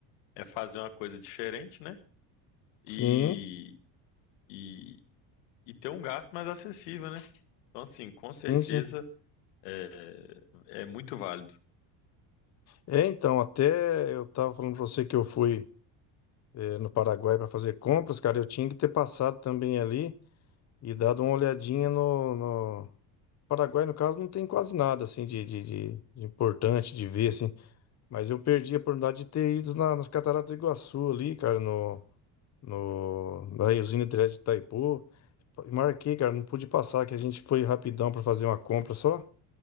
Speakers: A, on the left; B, on the left.
A: é fazer uma coisa diferente, né? E,
B: Sim,
A: e, e ter um gasto mais acessível, né? Então, assim, com
B: sim,
A: certeza
B: sim.
A: é, é muito válido.
B: É, então, até eu tava falando pra você que eu fui. eh, no Paraguai para fazer compras, cara, eu tinha que ter passado também ali e dado uma olhadinha no, no... Paraguai, no caso, não tem quase nada assim de, de, de- de importante de ver, assim. Mas eu perdi a oportunidade de ter ido na- nas Cataratas do Iguaçu ali, cara, no, no, na usina hidrelétrica de Itaipu. Marquei, cara, não pude passar, que a gente foi rapidão para fazer uma compra só